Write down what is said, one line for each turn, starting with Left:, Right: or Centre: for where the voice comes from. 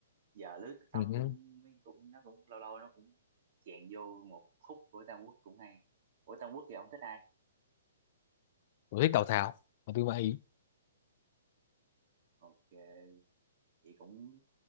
Right: giờ lướt TikTok
Left: ừ.
Right: cũng cũng nó cũng lâu lâu nó cũng chèn vô một khúc của Tam Quốc cũng hay của Tam Quốc thì ông thích ai
Left: tôi thích Tào Tháo và Tư Mã Ý
Right: ok chị cũng